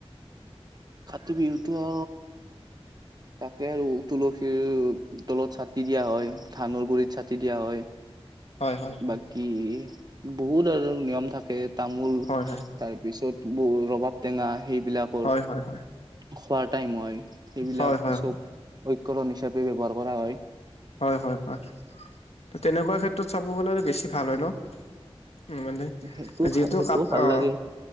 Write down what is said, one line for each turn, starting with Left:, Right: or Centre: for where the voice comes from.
Right: কাতি বিহুটো - তাকে আৰু তুলসীৰ তলত চাকি দিয়া হয়, ধানৰ - গুৰিত চাকি দিয়া হয়,
Left: হয় হয় হয়
Right: বাকী বহুত আৰু নিয়ম থাকে। তামোল
Left: হয়
Right: তাৰ পিছত বৰু ৰবাব টেঙা সেইবিলাক।
Left: হয় হয় হয়।
Right: খোৱাৰ টাইম হয়। সেইবিলাক,
Left: হয় হয় হয়
Right: চব ঐক্ষৰণ হিচাপে ব্যৱহাৰ কৰা হয়।
Left: হয়, হয়, হয়! তেনেকুৱা ক্ষেত্ৰত, চাব গ'লে আৰু বেছি ভাল হয় ন'? উম! মানে,
Right: সেইটো
Left: যিহেতু
Right: সেইটোও
Left: <unintelligible>
Right: ভাল
Left: অ'!
Right: লাগে,